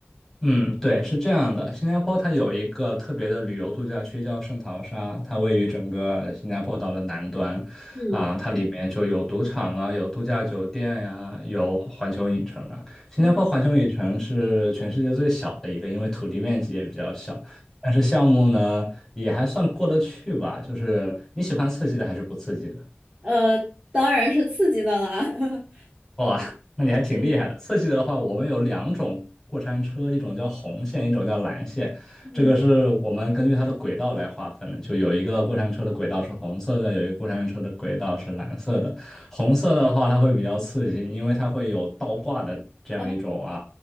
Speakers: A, in the centre; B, on the right.
A: 嗯，对，是这样的。新加坡它有一个特别的旅游度假区叫圣淘沙，它位于整个新加坡岛的南端，
B: 嗯
A: 啊，它里面就有赌场啊，有度假酒店呀、有环球影城啊。新加坡环球影城是全世界最小的一个，
B: 嗯，
A: 因为土地面积也比较小，但是项目呢也还算过得去吧，就是你喜欢刺激的还是不刺激的？
B: 呃，当然是刺激的啦。<laughs>
A: 哇，那你还挺厉害的。刺激的话，我们有两种过山车，一种叫红线，一种叫蓝线。
B: 嗯，
A: 这个是我们根据它的轨道来划分的，就有一个过山车的轨道是红色的，有一个过山车的轨道是蓝色的。红色的话，它会比较刺激，因为它会有倒挂的这样一种啊，
B: 哦，